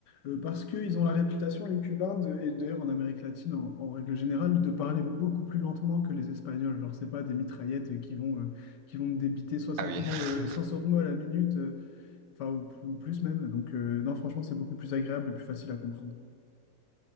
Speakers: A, on the left (about 70°); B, on the right (about 80°).
A: euh, parce qu'ils ont la réputation, les Cubains, de- et d'ailleurs en Amérique latine, en, en règle générale, de parler beaucoup plus lentement que les Espagnols. Genre, c'est pas des mitraillettes qui vont, euh, qui vont me débiter 60
B: Ah oui.
A: mots,
B: <laughs>
A: euh, 60 mots à la minute, euh, enfin, ou, ou plus même. Donc, euh, non, franchement, c'est beaucoup plus agréable et plus facile à comprendre.